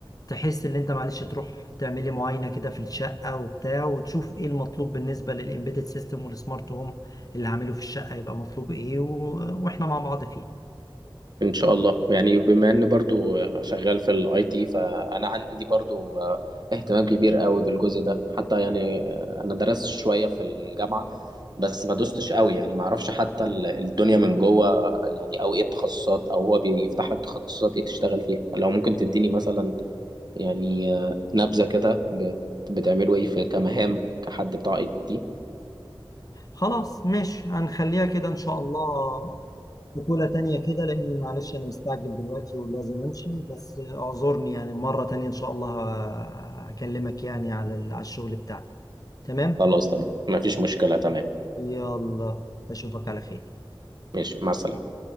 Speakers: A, on the left; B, on the right.
A: تحس ان انت معلش تروح تعملي معاينه كده في الشقه وبتاع وتشوف ايه المطلوب بالنسبه للامبيدد سيستم والسمارت هوم اللي هعمله في الشقه يبقى مطلوب ايه و... واحنا مع بعض فيه
B: ان شاء الله يعني بما ان برضو شغال في الاي تي فانا عندي برضو اهتمام كبير قوي بالجزء ده حتى يعني انا درست شويه في الجامعه بس ما دوستش قوي يعني ما اعرفش حتى ال- الدنيا من جوه يعني او ايه التخصصات او هو بيفتح لك تخصصات ايه تشتغل فيها لو ممكن تديني مثلا يعني نبذه كده بت- بتعملوا ايه في كمهام كحد بتاع اي تي
A: خلاص ماشي هنخليها كده ان شاء الله وكلة تانية كده لاني معلش انا مستعجل دلوقتي ولازم امشي بس اعذرني يعني مره تانية ان شاء الله هكلمك يعني على ال- على الشغل بتاعنا تمام
B: خلاص تمام مفيش مشكلة تمام
A: يلا اشوفك على خير
B: ماشي مع السلامة